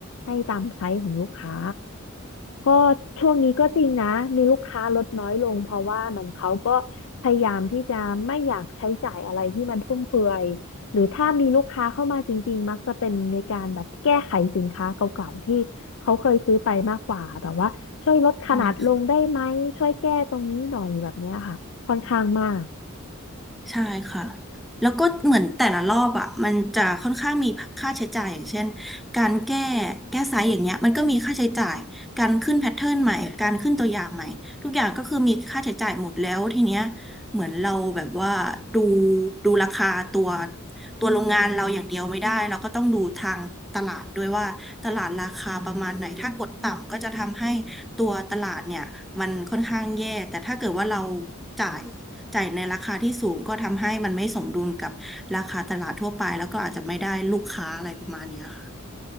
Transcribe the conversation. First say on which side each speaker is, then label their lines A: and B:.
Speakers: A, on the left (about 65°); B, in the centre.
A: ให้ตามไซส์ของลูกค้าก็ช่วงนี้ก็จริงนะมีลูกค้าลดน้อยลงเพราะว่าเหมือนเขาก็พยายามที่จะไม่อยากใช้จ่ายอะไรที่มันฟุ่มเฟือย หรือถ้ามีลูกค้าเข้ามาจริงๆ มักจะเป็นในการแบบแก้ไขสินค้าเก่าๆ ที่เขาเคยซื้อไปมากกว่าแบบว่าช่วยลดขนาดลงได้ไหมช่วยแก้ตรงนี้หน่อยแบบเนี้ยค่ะค่อนข้างมาก
B: ค่ะ ใช่ค่ะแล้วก็เหมือนแต่ละรอบอ่ะมันจะค่อนข้างมีค่าใช้จ่ายอย่างเช่นการแก้แก้ไซส์อย่างเงี้ยมันก็มีค่าใช้จ่าย การขึ้นแพทเทิร์นใหม่ การขึ้นตัวอย่างใหม่ ทุกอย่างก็คือมีค่าใช้จ่ายหมดแล้วทีเนี้ยเหมือนเราแบบว่าดูดูราคาตัวตัวโรงงานเราอย่างเดียวไม่ได้เราก็ต้องดูทางตลาดด้วยว่าตลาดราคาประมาณไหนถ้ากดต่ำก็จะทำให้ตัวตลาดเนี่ยมันค่อนข้างแย่แต่ถ้าเกิดว่าเราจ่าย จ่ายในราคาที่สูงก็ทำให้มันไม่สมดุลกับราคาตลาดทั่วไปแล้วก็อาจจะไม่ได้ลูกค้าอะไรประมาณเนี้ยค่ะ